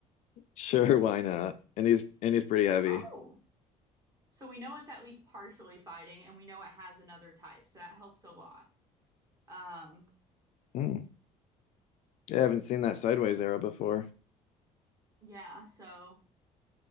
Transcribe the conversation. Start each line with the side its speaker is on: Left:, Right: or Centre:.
Left: Sure, why not? And he's and he's pretty heavy.
Right: Oh, so we know it's at least partially fighting, and we know it has another type, so that helps a lot. Um,
Left: Mm. Yeah, I haven't seen that sideways arrow before.
Right: yeah, so.